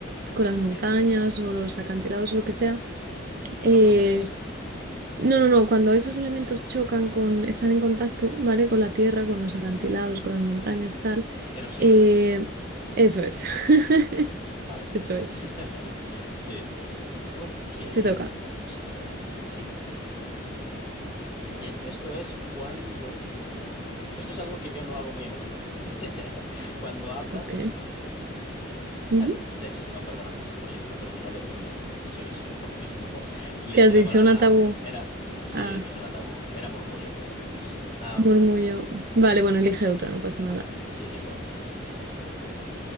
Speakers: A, on the right; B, on the left.
A: Con las
B: Ok.
A: montañas o los acantilados o lo que sea. eh,
B: Una tormenta, se-
A: no, no, no, cuando esos elementos chocan con, están en contacto, ¿vale? Con la tierra, con los acantilados, con las montañas, tal.
B: erosión,
A: eh, eso es, <laughs>
B: vale.
A: eso es.
B: <laughs> Sí. Ok,
A: Te toca.
B: vamos a ver. Sí. Bien, esto es cuando... Esto es algo que yo no hago muy a menudo. <laughs> Cuando hablas...
A: Ok. ujú.
B: Ay, mm, leches, no, perdóname, lo siento, perdí, no le, eh, me- <laughs> soy, soy tontísimo. <laughs> Le
A: ¿Qué
B: dije
A: has dicho?
B: la palabra
A: Una
B: nada,
A: tabú.
B: eh, era, sí,
A: Ah,
B: dije una tabú, era murmullo, perdón. Am,
A: murmullo. Vale, bueno,
B: sí,
A: elige otra, no pasa
B: sí, elijo otra, elijo otra.